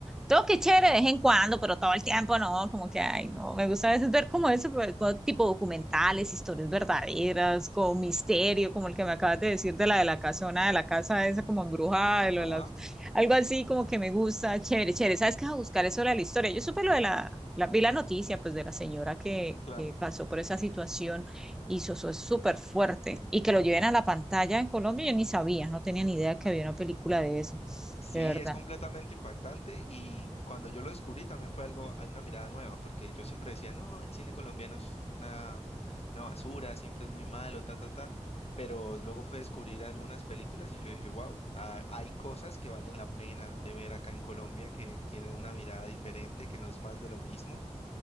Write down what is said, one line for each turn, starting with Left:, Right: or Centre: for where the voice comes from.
Centre: Todo que chévere de vez en cuando, pero todo el tiempo no, como que, ay, no, me gusta a veces ver como eso, pero como tipo documentales, historias verdaderas, como misterio, como el que me acabas de decir de la de la casona, de la casa esa como embrujada, de
Left: Ajá,
Centre: lo de las, algo así como que me gusta, chévere, chévere, ¿sabes qué? A buscar eso de la historia. Yo supe lo de la, la vi la noticia, pues, de la señora que,
Left: claro.
Centre: que pasó por esa situación y eso, eso es súper fuerte, y que lo lleven a la pantalla en Colombia, yo ni sabía, no tenía ni idea que había una película de eso,
Left: Sí,
Centre: de verdad.
Left: es completamente impactante y cuando yo lo descubrí también fue algo, una mirada nueva, porque yo siempre decía, no, el cine colombiano es una, una basura, siempre es muy malo, ta, ta, ta, pero luego fue descubrir algunas películas y yo dije, wow, hay cosas que valen la pena de ver acá en Colombia, que tienen una mirada diferente, que no es más de lo mismo